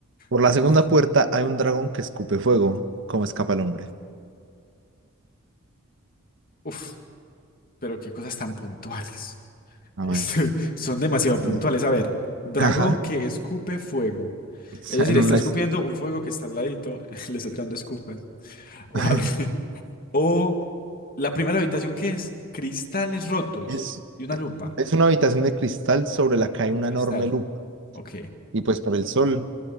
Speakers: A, on the right; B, on the left.
A: Por
B: Muy
A: la segunda
B: difícil.
A: puerta hay un dragón que escupe fuego. ¿Cómo escapa el hombre?
B: Uf, pero qué cosas tan puntuales.
A: A
B: Este,
A: ver.
B: <laughs> Son demasiado
A: dice,
B: puntuales. A ver, dragón
A: Ajá.
B: que escupe fuego.
A: <laughs>
B: Es decir,
A: En
B: está
A: una,
B: escupiendo
A: es,
B: un fuego que está al ladito, <laughs> le está tirando escupas.
A: <laughs>
B: O, al- <laughs> o la primera habitación, ¿qué es? Cristales rotos
A: es
B: y una lupa
A: es una habitación de cristal sobre la que hay
B: de
A: una
B: cristal.
A: enorme lupa.
B: Ok.
A: Y pues por el sol.